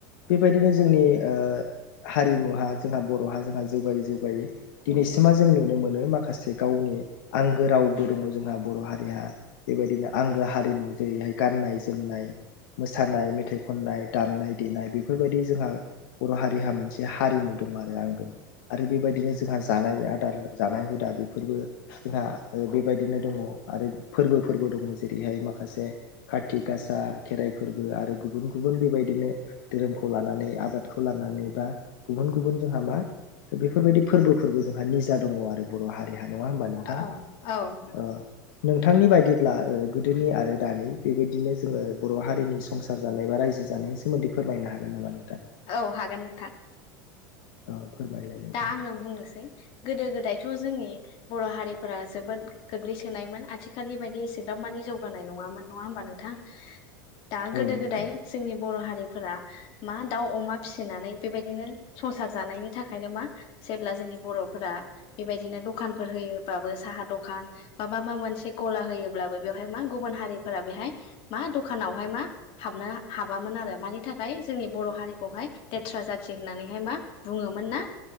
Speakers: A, on the left (about 75°); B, on the left (about 55°).
A: बेबायदिनो जोंनि ओ हारिमुहा जोंहा बर'हा जोंहा जौगायै जौगायै दिनै बिसिमा जों नुनो मोनो माखासे गावनि आंगो रावबो दङ जोंहा बर' हारिया। बेबायदिनो आंगो हारिमु जेरैहाय गाननाय जोमनाय मोसानाय मेथाइ खननाय दामनाय देनाय बेफोरबायदि जोंहा बर' हारिहा मोनसे हारिमु दं आरो आंगो आरो बेबायदिनो जोंहा जानाय आदार जानाय हुदा बेफोरबो जोंहा बेबायदिनो दङ। आरो फोर्बो फोरबो दङ जेरैहाय माखासे खा थि गासा खेराइ फोर्बो आरो गुबुन गुबुन बेबायदिनो धोरोमखौ लानानै आबादखौ लानानै गुबुन गुबुन जोंहा मा बेफोरबायदि फोर्बो फोरबो जोंहा निजा दङ आरो बर' हारिहा। नङा होमबा नोंथां।
B: औ औ नंगौ
A: ओ नोंथांनि बायदिब्ला गोदोनि आरो दानि बेबायदिनो जोङो बर' हारिनि संसार जानाय बा रायजो जानायनि सोमोन्दै फोरमायनो हागोन नामा नोंथां?
B: औ हागोन नोंथां।
A: औ फोरमायलाय नोंथां
B: दा आङो बुंनोसै गोदो गोदायथ' जोंनि बर' हारि फोरा जोबोद गोग्लैसोनायमोन। आथिखालनि बायदि एसेग्राबमानि जौगानाय नङामोन, नङा होमबा नोंथां? दा
A: औ
B: गोदो
A: नोंथां
B: गोदाय जोंनि बर' हारि फोरा, मा दाउ अमा फिसिनानै बेबायदिनो संसार जानायनि बिनि थाखायनो मा जेब्ला जोंनि बर'फोरा बेबायदिनो दखानफोर होयोबाबो साहा दखान माबा मा मोनसे गला होयोब्लाबो बेवहाय मा गुबुन हारिफोरा बेहाय मा दखानावहाय मा हाब हाबामोन आरो। मानि थाखाय जोंनि बर' हारिखौहाय लेथ्रा जाथि होननानै मा बुङो मोनना,